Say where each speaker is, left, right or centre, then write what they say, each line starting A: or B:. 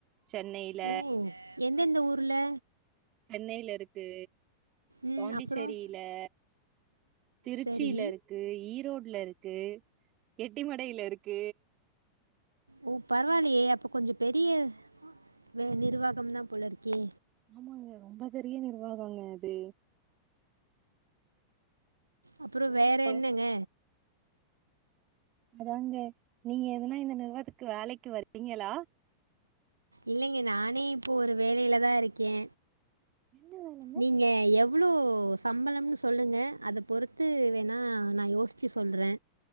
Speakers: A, on the right (about 35°); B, on the right (about 80°).
A: சென்னையில
B: ஓ எந்தெந்த ஊரில்
A: சென்னைல இருக்கு
B: ம்
A: பாண்டிச்சேரியிலே
B: அப்புறம்
A: திருச்சில்ல
B: சரி
A: இருக்கு ஈரோட்ல இருக்கு எட்டிமடையில இருக்கு
B: ஓ பரவால்லையே அப்ப கொஞ்ச பெரிய வே நிர்வாகம் தா போலருக்கே
A: ஆமாங்க ரொம்ப பெரிய நிர்வாகங்க அது
B: அப்புறோ
A: அதுலே
B: வேற
A: ப
B: என்னங்க
A: அதாங்க நீங்க எதுனா இந்த நிறுவாத்துக்கு வேலைக்கு வர்றீங்களா
B: இல்லைங்க நானே இப்போ ஒரு வேலைல தா இருக்கே
A: என்ன வேல
B: நீங்க எவ் ளோ சம்பளம்னு சொல்லுங்க அத பொறுத்து வேணா நா யோசிச்சு சொல்றே